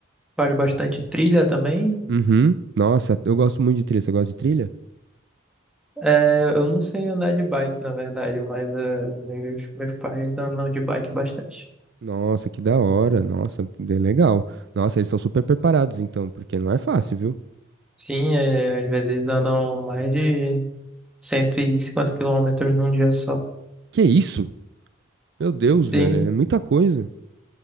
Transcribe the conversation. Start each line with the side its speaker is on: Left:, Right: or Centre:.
Centre: faz bastante trilha também.
Right: Uhum. Nossa, eu gosto muito de trilha. Você gosta de trilha?
Centre: É, eu não sei andar de bike, na verdade, mas é, meus, meus pais andam de bike bastante.
Right: Nossa, que da hora. Nossa, bem legal. Nossa, eles são super preparados então, porque não é fácil, viu?
Centre: Sim, é, às vezes andam mais de 150 quilômetros num dia só.
Right: Que isso? Meu Deus,
Centre: Sim,
Right: velho, é muita coisa.